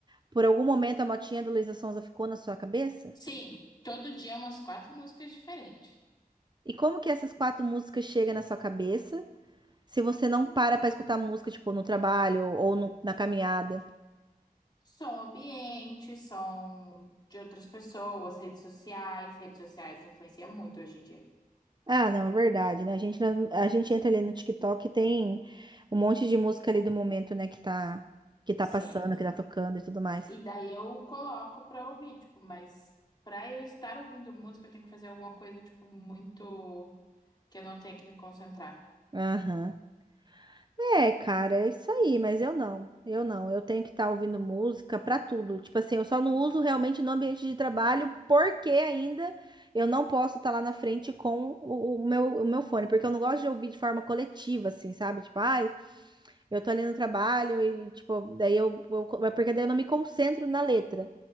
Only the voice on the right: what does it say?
Por algum momento a motinha da Luísa Sonza ficou na sua cabeça?
E como que essas quatro músicas chegam na sua cabeça se você não
para pra escutar música, tipo, no trabalho ou no- na caminhada?
Ah, não, é verdade, né? A gente, a gente entra ali no TikTok e tem um monte de música ali do momento, né, que tá, que tá
passando, que tá tocando e tudo mais.
Aham. É, cara, é isso aí, mas eu não. Eu não. Eu tenho que estar ouvindo música pra tudo. Tipo assim, eu só não uso realmente no ambiente de trabalho, porque ainda eu não posso estar lá na frente com o, o meu, o meu fone, porque eu não gosto de ouvir de forma coletiva, assim, sabe? Tipo, ai, eu tô ali no trabalho e, tipo, daí eu, eu- porque daí eu não me concentro na letra.